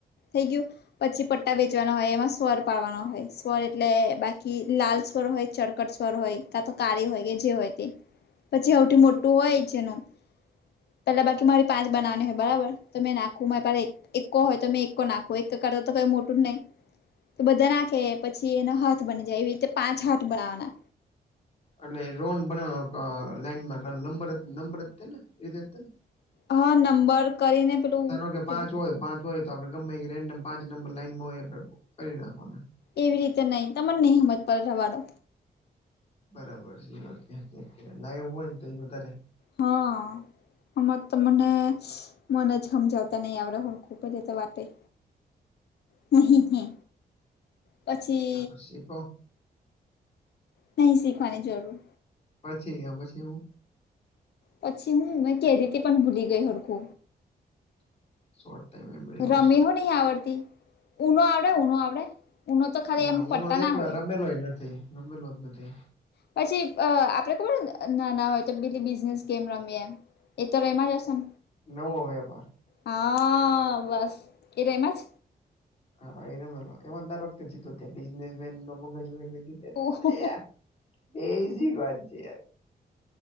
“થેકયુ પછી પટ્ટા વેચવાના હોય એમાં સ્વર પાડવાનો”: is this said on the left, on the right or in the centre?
Left